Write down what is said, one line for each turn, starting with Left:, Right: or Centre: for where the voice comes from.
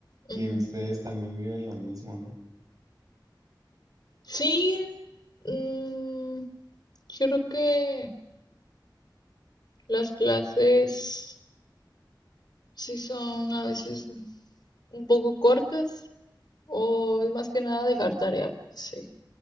Right: que
Left: Ujú.
Right: ustedes también viven lo mismo, ¿no?
Left: Sí, mm, yo creo que las clases... Sí son a veces un poco cortas o es más que nada dejar tarea. pues, Sí,